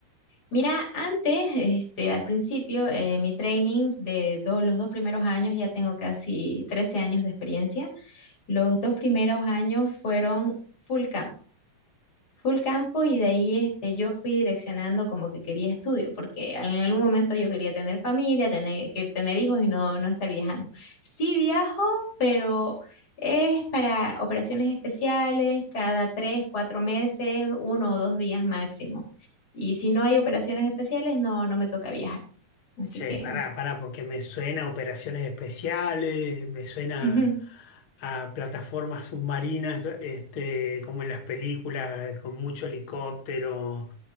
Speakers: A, on the left; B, on the left.
A: Mira, antes, este, al principio, eh, mi training de do- los dos primeros años, ya tengo casi 13 años de experiencia, los dos primeros años fueron full camp full campo y de ahí este, yo fui direccionando como que quería estudio, porque en algún momento yo quería tener familia, tener, que tener hijos y no, no estar viajando. Sí viajo, pero es para operaciones especiales, cada tres, cuatro meses, uno o dos días máximo. Y si no hay operaciones especiales, no, no me toca viajar. Así
B: Che,
A: que...
B: pará, pará, porque me suena a operaciones especiales, me suena
A: ujú.
B: a plataformas submarinas, este, como en las películas, con mucho helicóptero,